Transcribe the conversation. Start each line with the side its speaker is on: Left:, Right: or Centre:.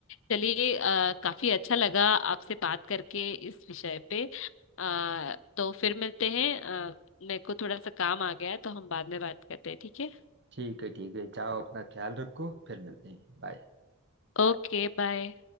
Left: चलिए अ, काफी अच्छा लगा आपसे बात करके इस विषय पे अ, तो फिर मिलते हैं अ, मेरे को थोड़ा सा काम आ गया है तो हम बाद में बात करते हैं ठीक है
Right: ठीक है ठीक है जाओ अपना ख्याल रखो फिर मिलते हैं बाय
Left: Okay bye